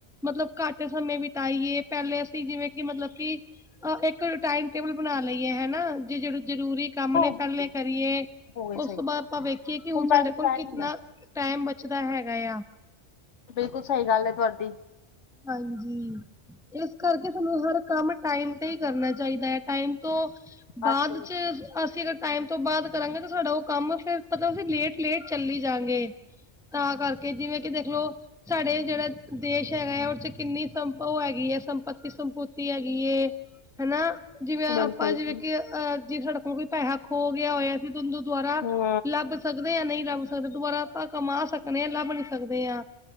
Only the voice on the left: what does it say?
ਹੋ
ਗਈ ਸਹੀ,
ਮੈਂ
ਸਹੀ
ਮੈਂ
ਬਿਲਕੁਲ ਸਈ ਗੱਲ ਐ ਤੁਹਾਡੀ।
ਅੱਠ ਮਿੰਟ
ਬਿਲਕੁਲ
ਜੀ,
ਹੂੰ